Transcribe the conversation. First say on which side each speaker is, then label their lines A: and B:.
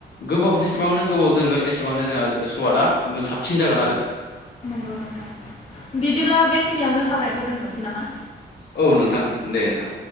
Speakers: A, on the left; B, on the left.
A: गोबाव जेसेबांनो गोबाव दोनगोन एसेबांनो जोंहा सुवादा साबसिन जागोन आरो।
B: नंगौ नोंथां बिदिब्ला बेखिनियावनो सावरायनायखौ दोनथ'सै नामा।
A: औ नोंथां दे नोंथां।